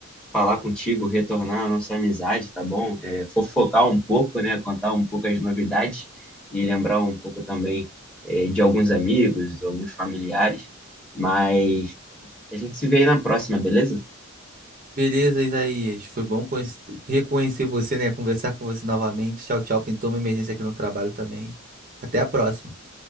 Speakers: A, in the centre; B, on the right.
A: falar contigo, retornar a nossa amizade, tá bom? É, fofocar um pouco, né, contar um pouco as novidades e lembrar um pouco também, é, de alguns amigos, alguns familiares. Mas a gente se vê aí na próxima, beleza?
B: Beleza, Isaías. Foi bom conhec- reconhecer você, né? Conversar com você novamente. Tchau, tchau. Pintou uma emergência aqui no trabalho também. Até a próxima.